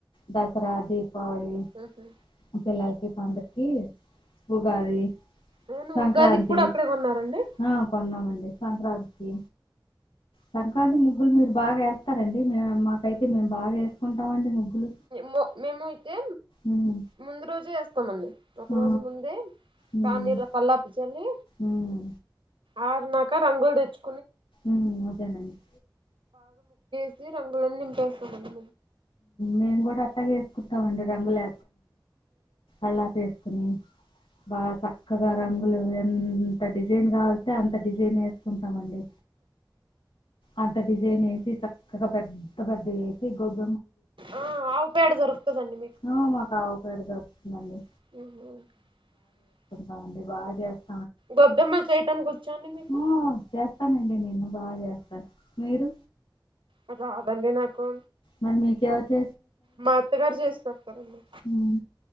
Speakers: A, on the left; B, on the right.
A: దసరా దీపావళి
B: ఉహు
A: పిల్లలకి <unintelligible> ఉగాది
B: అవును
A: సంక్రాంతి
B: ఉగాదికి కూడా అక్కడే కొన్నారండి
A: ఆ కొన్నామండి సంక్రాంతి కి సంక్రాంతి ము మీరు బాగా వేస్తారండి మాకైతే మేము బాగా <unintelligible> ముగ్గులు
B: మ మేము అయితే
A: ఉమ్,
B: ముందు రోజే వేస్తామండి ఒక
A: ఆ,
B: రోజు ముందే <unintelligible>
A: ఉమ్,
B: నీళ్ళ కల్లాపి చల్లి
A: ఉమ్,
B: ఆ నాక రంగులు తెచ్చు
A: ఉ అదేనండి
B: ఆ రంగులన్నీ నింపేస్తాం అండి
A: మేము కూడా అట్లాగేసుకుంటాం అండి రంగులే అలా చేసుకుని బాగా చక్కగా రంగులు ఎంత డిజైన్ కావల్స్తే అంత డిజైన్ వేసుకుంటామండి అంత డిజైన్ ఏ పెద్ద పెద్ద వేసి గోబ్
B: ఆ ఆవు పేడ దొరుకుతదండి
A: ఆ మా కాడ పెడతాం మల్లి
B: మ్మ్
A: బాగుంది బాగా చేస్తాం
B: గొబ్బెమ్మలు చేయటానికి వచ్చోండ మీకు
A: ఆ! చేస్తానండి నేను బా చేస్తాను. మీరు?
B: అ రాదండి నాకు
A: మరి మీకు ఎవరికీ
B: మా అత్తగారు చేసి పెడతారండి,
A: హ్మ్.